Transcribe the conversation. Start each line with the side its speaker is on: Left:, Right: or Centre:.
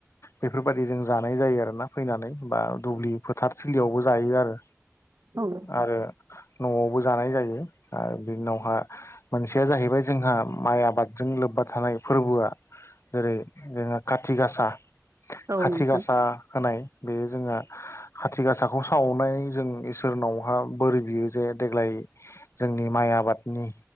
Left: बेफोरबायदि जों जानाय जायो आरोना फैनानै बा दुब्लि फोथारथिलियावबो जायो आरो
Right: औ नोंथां
Left: आरो न'आवबो जानाय जायो आरो बि उनावहा मोनसेया जाहैबाय जोंहा माइ आबादजों लोब्बा थानाय फोरबोआ जेरै जोङो खाथि गासा
Right: औ
Left: खाथि
Right: नोंथां
Left: गासा होनाय बेयो जोंहा खाथि गासाखौ सावनानै जों इसोरनावहा बोर बियो जे देग्लाय जोंनि माइ आबादनि